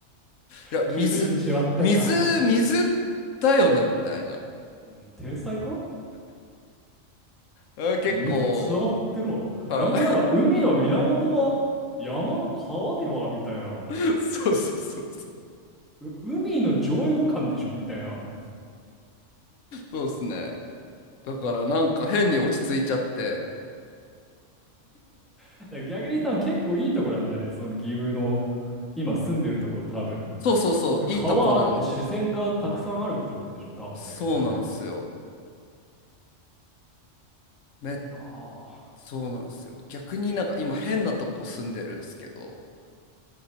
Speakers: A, on the left; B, in the centre.
A: いや水水水
B: 気づいてしまったか。
A: だよねみたいな
B: うん、天才か
A: あ結構
B: 水つながってるわ。
A: は
B: なんなら海の源は山の川ではみたいな。
A: い <laughs> そうそうそうそ
B: う海の上位互換でしょみたいな。
A: うで <laughs> すねだからなんか変に落ち着いちゃって
B: だから逆に多分結構いいところなんだね。その岐阜の今住んでるとこ多分。
A: そうそうそういいとこなんで
B: 川あって自然がたくさんあるってことでしょ多分だけどそれ。
A: そうなんすよ。め、
B: いやー。
A: そうなんすよ。逆になんか今変なとこ住んでるんすけど。